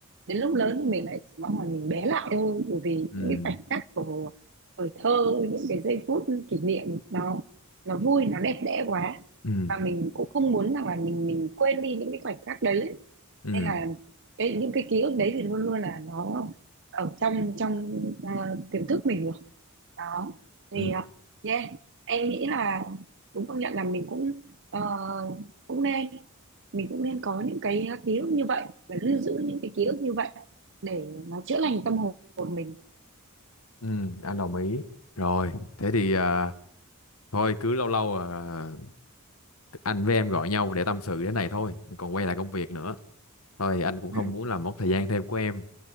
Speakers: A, on the right; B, on the left.
A: đến lúc lớn thì mình lại chỉ mong là mình bé lại thôi bởi vì
B: ừ
A: những cái khoảnh khắc của tuổi thơ những cái giây phút kỷ niệm nó nó vui nó đẹp đẽ quá
B: ừ
A: và mình cũng không muốn rằng là mình mình quên đi những cái khoảnh khắc đấy ấy.
B: ừ
A: nên là cái những cái ký ức đấy thì luôn luôn là nó ở trong trong à, tiềm thức mình rồi đó thì
B: ừ
A: ờ, yeah em nghĩ là đúng công nhận là mình cũng ờ, cũng nên mình cũng nên có những cái ký ức như vậy và lưu giữ những cái ký ức như vậy để nó chữa lành tâm hồn mình
B: ừ, anh đồng ý rồi thế thì à, thôi cứ lâu lâu à, anh với em gọi nhau để tâm sự thế này thôi còn quay lại công việc nữa thôi anh cũng
A: ừ.
B: không muốn làm mất thời gian thêm của em